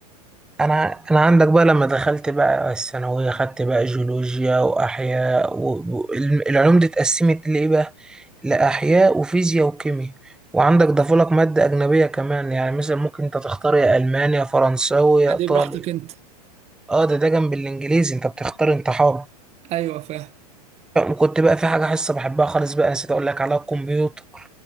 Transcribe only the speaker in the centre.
انا انا عندك بقى لما دخلت بقى الثانويه خدت بقى جيولوجيا واحياء و- والعلوم دي اتقسمت لايه بقى لاحياء وفيزياء وكيمياء وعندك ضافولك ماده اجنبيه كمان يعني مثلا ممكن انت تختار يا المانيا يا فرنساوي يا
ايطالي
اه ده ده جنب الانجليزي انت بتختار انت حر
وكنت بقى في حاجه حصه بحبها خالص بقى نسيت اقول لك عليها الكمبيوتر